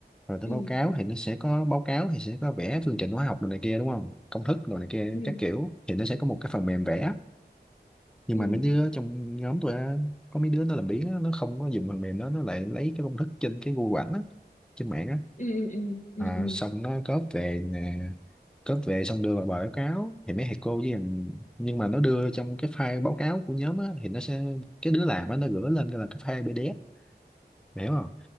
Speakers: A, in the centre; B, on the left (about 45°).
A: rồi tới
B: ừ
A: báo cáo thì nó sẽ có báo cáo thì sẽ có vẽ phương trình hóa học đồ này kia đúng không công thức rồi này kia
B: ừ
A: các kiểu thì nó sẽ có một cái phần mềm vẽ nhưng
B: ừ
A: mà mấy đứa trong nhóm tôi á, có mấy đứa nó làm biếng á, nó không có dùng phần mềm đó nó lại lấy cái công thức trên cái Google ảnh á trên mạng á
B: ừ ừ ừ ừ
A: à,
B: ừ
A: xong nó cóp về nè cóp về xong đưa vào bài báo cáo thì mấy thầy cô với thằng- nhưng mà nó đưa trong cái file báo cáo của nhóm á thì nó sẽ cái đứa làm á nó gửi lên là cái file PDF Mày hiểu không